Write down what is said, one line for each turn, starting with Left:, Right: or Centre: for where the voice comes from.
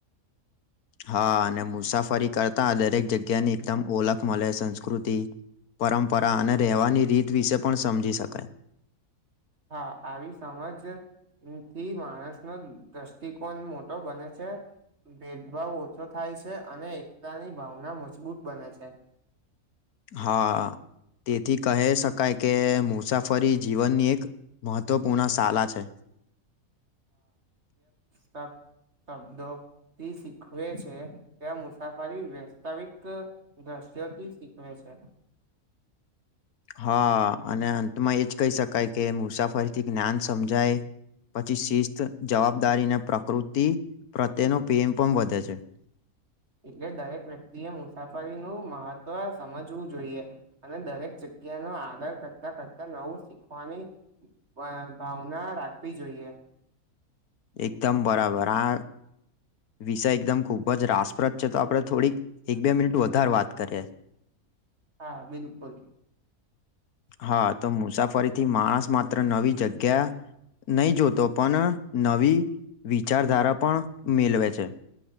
Left: <inaudible> હા અને મુસાફરી કરતા દરેક જગ્યાની એકદમ ઓલખ મળે સંસ્કૃતિ પરંપરા અને રહેવાની રીત વિશે પણ સમજી શકાય
Right: હા આવી સમજ થી માણસ નો દ્રષ્ટિકોણ મોટો બને છે ભેદભાવ ઓછો થાય છે અને એકતાની ભાવના મજબૂત બને છે
Left: હા તેથી કહી શકાય કે મુસાફરી જીવનની એક મહત્વપૂર્ણ શલા છે
Right: તબ શબદો થી શીખવે છે ત્યાં મુસાફરી વસ્તવિક દ્રશ્યોથી શીખવે છે છે
Left: <inaudible> હા અને અંતમાં એજ કહી શકાય કે મુસાફરીથી જ્ઞાન સમજાય પછી શિસ્ત જવાબદારી અને પ્રકૃતિ પ્રત્યેનો પ્રેમ પણ વધે છે <inaudible>
Right: એટલે દરેક વ્યક્તિ એ મુસાફરીનુંું મહત્વ સમજવું જોઈએ અને દરેક જગ્યા જગ્યા નો આદર કરતા કરતા નવું શીખવાની ભાવના રાખવી જોઈએ
Left: એકદમ બરાબર આ વિષય એકદમ ખૂબ જ રાસપ્રદ છે તો આપણે થોડીક એક બે મિનિટ વધારે વાત કરીએ <unintelligible> <inaudible>
Right: હા બિલકુલ
Left: હા તો મુસાફરીથી માણસ માત્ર નવી જગ્યા નહી જોતો પણ નવી વિચારધારા પણ મેલવે છે